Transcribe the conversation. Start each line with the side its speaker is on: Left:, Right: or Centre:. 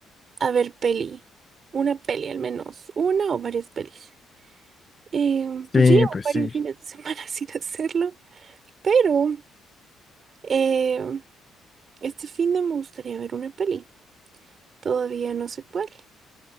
Right: A ver, peli. Una peli al menos. Una o varias pelis. Eh, pues
Left: Sí,
Right: yo llevo
Left: pues
Right: varios
Left: sí.
Right: fines de semana <laughs> sin hacerlo, pero eh, este fin de me gustaría ver una peli. Todavía no sé cuál.